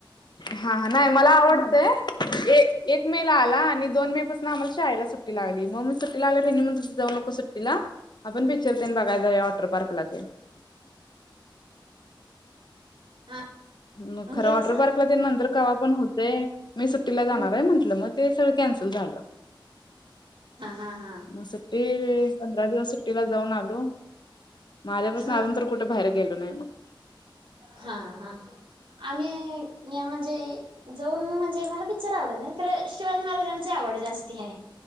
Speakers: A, on the left; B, on the right.
A: हाहा नाही हं मला आवडतय एक मेला आला आणि दोन मे पसन आम्हला शाळेला सुट्टी लागली, म्हणुन हेनि म्हंटल जाऊ नकोस सुट्टीला आपण पिचरतेन बघायला जाऊया वॉटरपार्कलातेन
B: हम्म
A: मग खरं
B: गेलासा
A: वॉटरपाकलातेन नंतर कवा पण होतय मी सुट्टीला जाणार
B: हम्म
A: हाय म्हंटल मग ते सगळ कॅनसल झालं.
B: हा हा हा
A: मग सुट्टी अ पंधरा दिवस सुट्टीला च जाऊन आलो. म आल्या पासन
B: हा
A: तर आजुन कुठं बाहेर गेलो नाही. म
B: हा हा आम्ही <unintelligible> जाऊन म्हणजे मला पिचर आवडत नाहीत खरं पण शिवाजी महाराजांची आवड जास्ती हाय.